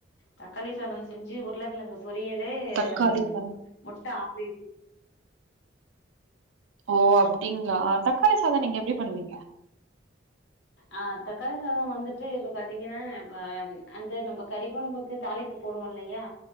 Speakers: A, on the left; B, on the right.
A: தக்காளி சாதம் செஞ்சு உருளைக்கிழங்கு பொரியல
B: தக்காளி
A: உ
B: சாதம்
A: முட்டை ஆம்லேட்டு
B: ஓ அப்டிங்களா தக்காளி சாதம் நீங்க எப்டி பண்ணுவீங்க
A: ஆ தக்காளி சாதம் வந்துட்டு இப்ப பாத்தீங்கன்னா இப்ப அந்த நம்ம கறி குழம்புக்கு தாலிப்பு போடுவோம்ல்லையா